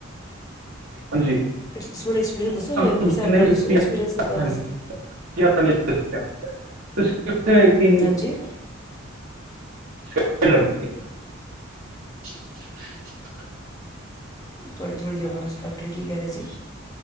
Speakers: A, on the right; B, on the left.
A: ਹਾਂਜੀ
B: ਤੁ ਮੈਨੂੰ ਐਕਸਪੀਰਅੰਸ ਦੱਸੋ
A: ਤੁਹਾਨੂੰ
B: ਹੈੇਮਕੁੰਟ
A: ਜਿੰਨੇ
B: ਸਾਹਿਬ ਦਾ
A: ਵੀ ਤੁਸੀਂ
B: ਦਸੋਗੇ ਐਕਸਪੀਰਅੰਸ ਕਿੱਦਾ
A: ਹਾਂਜੀ
B: ਦਾ ਸੀ?
A: ਹਾਂਜੀ <inaudible>
B: ਹਾਂਜੀ
A: <inaudible>
B: ਥੋਡੀ ਥੋੜ੍ਹੀ ਜਿਹੀ ਆਵਾਜ਼ ਕੱਟ ਰਹੀ ਕੀ ਕਹਿ ਰਹੇ ਸੀ?